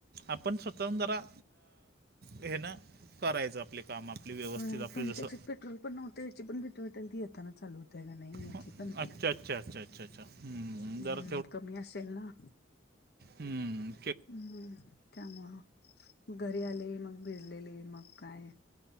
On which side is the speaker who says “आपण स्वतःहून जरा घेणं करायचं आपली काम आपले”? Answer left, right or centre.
Right